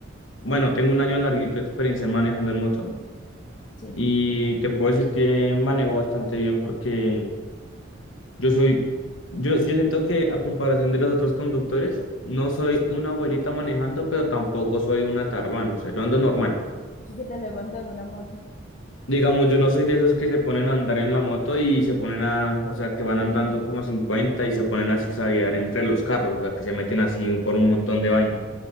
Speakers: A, on the left; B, on the left.
A: bueno, tengo un año larguito de experiencia manejando el motor
B: sí.
A: y te puedo decir que manejo bastante bien porque yo soy, yo, yo siento que a comparación de los otros conductores, no soy una abuelita manejando, pero tampoco soy una tarbana, o sea, yo ando normal.
B: Sí que te levantando la moto.
A: Digamos, yo no soy de esos que se ponen a andar en la moto y se ponen a, o sea, que van andando como a 50 y se ponen a zigzaguear entre los carros, o sea, que se meten así por un montón de vainas.